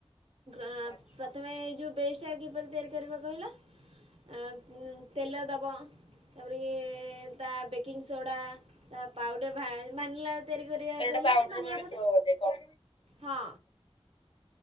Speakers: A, on the right; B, on the left.
A: ଅ
B: ଆଚ୍ଛା।
A: ପ୍ରଥମେ ଏ ଯୋଉ ବେସ <unintelligible> କିପରି ତିଆରି କରିବ କହିଲ? ଅ ଉ ତେଲ ଦ ବ ତାପରେ ଇଏ ତା ବେକିଂ ସୋଡ଼ା ତା ପାଉଡ଼ର <unintelligible> ତିଆରି କରିବାକୁ
B: ତାର ଗୋଟେ
A: ହେଲେ
B: ପାଉଡର
A: ମାନିଲା
B: ମିଳୁଥିବ
A: ପଟ
B: ବୋଧେ କଣ?
A: ହଁ।